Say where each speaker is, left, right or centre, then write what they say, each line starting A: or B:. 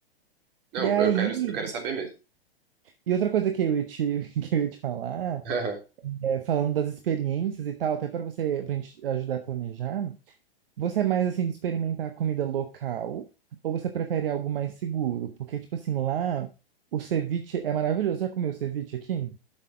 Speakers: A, on the right; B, on the right.
A: Não,
B: E aí,
A: eu quero, eu quero saber mesmo.
B: e outra coisa que eu ia te, <laughs> que eu ia te falar,
A: <laughs>
B: é, falando das experiências e tal, até para você, pra gente ajudar a planejar, Você é mais assim de experimentar comida local ou você prefere algo mais seguro? Porque, tipo assim, lá o ceviche é maravilhoso. Já comeu ceviche aqui?